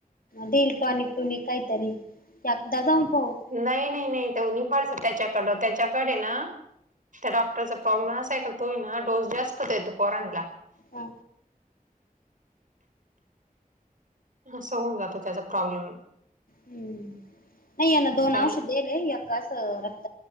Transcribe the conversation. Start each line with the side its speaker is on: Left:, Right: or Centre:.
Left: देईल टॉनिक टुनिक काहीतरी एकदा जाऊन पाऊ
Right: नाही नाही नाही त निफडत त्याच्याकड त्याच्याकडे ना त्याडॉक् रचा प्रॉब्माय का तोय ना डोस जास्त येतो पोराला
Left: हा
Right: ह स होन जातो त्याचा प्रॉब्लेम
Left: हम्म नाही आहे ना दोन
Right: काही
Left: अंश देले याका असं रत